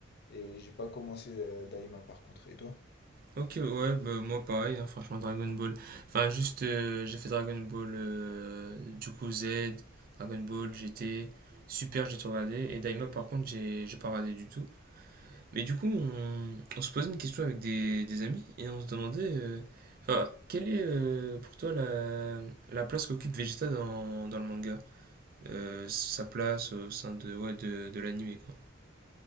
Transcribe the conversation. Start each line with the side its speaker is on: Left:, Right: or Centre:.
Left: et j'ai pas commencé euh, Daima par contre. Et toi?
Right: ok, ouais, bah, moi pareil, hein, franchement Dragon Ball. Enfin, juste, euh, j'ai fait Dragon Ball euh, du coup Z, Dragon Ball GT, super, j'ai tout regardé. Et Daima, par contre, j'ai j'ai pas regardé du tout. Mais du coup, on, on se posait une question avec des, des amis et on se demandait, euh, enfin, quelle est euh, pour toi la, la place qu'occupe Vegeta dans, dans le manga? Euh, sa place au sein de, ouais, de, de l'anime, quoi.